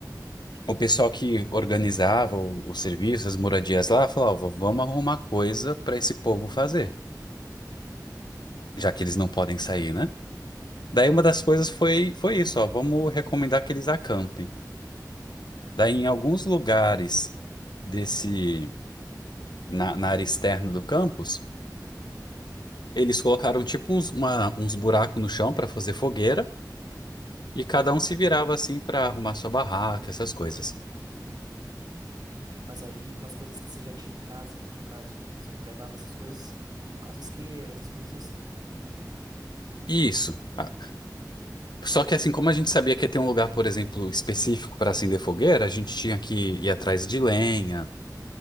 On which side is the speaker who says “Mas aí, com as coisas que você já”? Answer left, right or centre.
Right